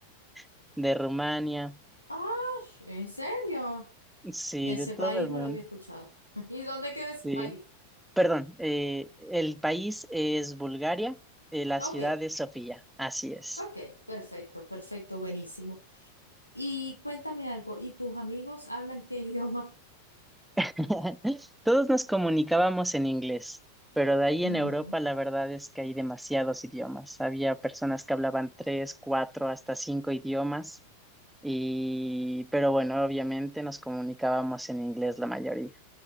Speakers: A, in the centre; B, on the left.
A: <laughs> de Rumania,
B: Ah, ¿en serio?
A: sí,
B: De ese
A: de todo
B: país
A: el
B: no
A: mundo.
B: lo había escuchado. <laughs> ¿Y dónde queda ese
A: Sí.
B: país?
A: Perdón, eh, el país es Bulgaria, eh, la
B: Ok,
A: ciudad es Sofía, así es.
B: ok, perfecto, perfecto, buenísimo. Y cuéntame algo, ¿y tus amigos hablan qué <laughs> idioma?
A: <laughs> Todos nos comunicábamos en inglés, pero de ahí en
B: Ujú.
A: Europa la verdad es que hay demasiados idiomas. Había personas que hablaban tres, cuatro, hasta cinco idiomas, y pero bueno, obviamente nos comunicábamos en inglés la mayoría.